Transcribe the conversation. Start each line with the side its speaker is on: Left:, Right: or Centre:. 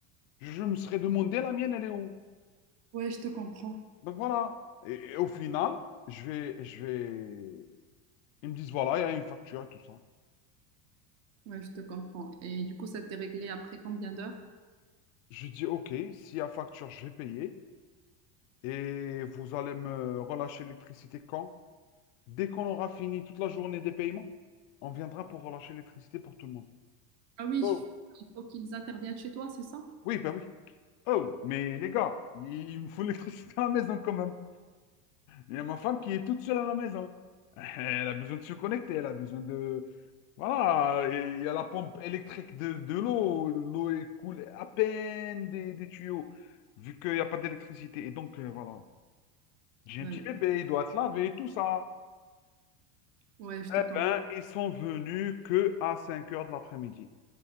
Left: je me serais demandé la mienne, elle est où?
Right: Ouais, je te comprends.
Left: Donc voilà. Et, et au final, je vais, je vais. Ils me disent, voilà, il y a une facture et tout ça.
Right: Ouais, je te comprends. Et du coup, ça t'est réglé après combien d'heures?
Left: Je dis, OK, s'il y a facture, je vais payer. Et vous allez me relâcher l'électricité quand? Dès qu'on aura fini toute la journée des paiements, on viendra pour relâcher l'électricité pour tout le monde.
Right: Ah oui,
Left: Oh,
Right: il faut qu'ils interviennent chez toi, c'est ça?
Left: Oui, ben oui. Oh, mais les gars, il me faut l'électricité à la maison quand même. Il y a ma femme qui est toute seule à la maison. <laughs> Elle a besoin de se connecter, elle a besoin de... Voilà, et il y a la pompe électrique de, de l'eau. L'eau est coule à peine des, des tuyaux, vu qu'il n'y a pas d'électricité. Et donc, euh, voilà. J'ai
Right: Bah
Left: un petit
Right: oui.
Left: bébé, il doit se laver, tout ça.
Right: Ouais, je te
Left: Eh
Right: comprends.
Left: ben, ils sont venus que à cinq heures de l'après-midi.